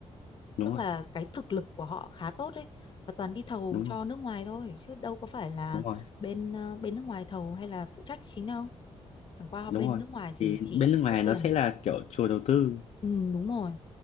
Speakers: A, on the left (about 65°); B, on the left (about 45°).
A: đúng
B: tức
A: rồi
B: là cái thực lực của họ khá tốt ấy và toàn đi thầu
A: đúng
B: cho
A: rồi
B: nước ngoài thôi chứ đâu có phải là
A: đúng rồi
B: bên ờ, bên nước ngoài thầu hay là phụ trách chính đâu chẳng qua
A: đúng
B: bên
A: rồi
B: nước ngoài thì
A: thì
B: chỉ
A: bên nước ngoài
B: rút
A: nó
B: tiền
A: sẽ là kiểu chùa đầu tư
B: ừ, đúng rồi